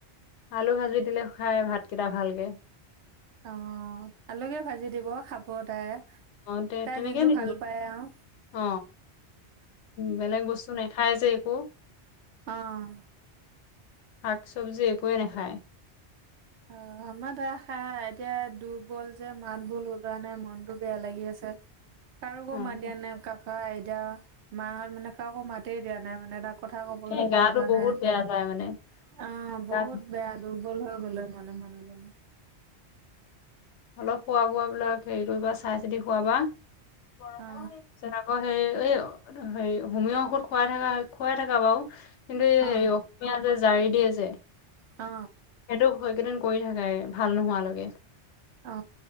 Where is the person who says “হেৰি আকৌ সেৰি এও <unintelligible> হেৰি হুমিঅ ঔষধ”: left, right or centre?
Left